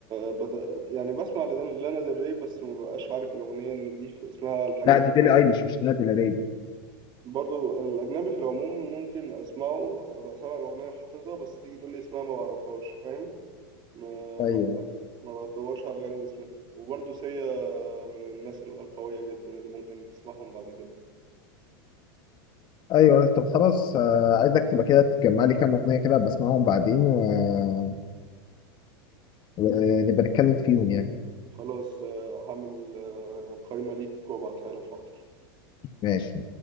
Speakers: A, on the right; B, on the left.
A: بت... يعني بسمع لدان- لانا ديل ري بس ما ببقاش عارف الأغنية إن دي ف- اسمها الحاجة
B: لا
A: الفلانية
B: دي بيلي ايليش مش لانا ديل ري
A: برضو الأجنبي في العموم ممكن أسمعه أبقى سامع الأغنية وحافظها بس تيجي تقول لي اسمها ما بعرفهاش فاهم ما
B: ايوه
A: بحت... ما بتطورش على جانب اسمها وبرضو سيا من الناس القوية جدا اللي ممكن تسمعهم بعد كده
B: ايوه طب خلاص آه، عايزك تبقى كده تجمع لي كام اغنيه كده بسمعهم بعدين و- ونبقى نتكلم فيهم يعني
A: خلاص آه، هعمل آه، قايمة ليك وأبعتها لك حاضر
B: ماشي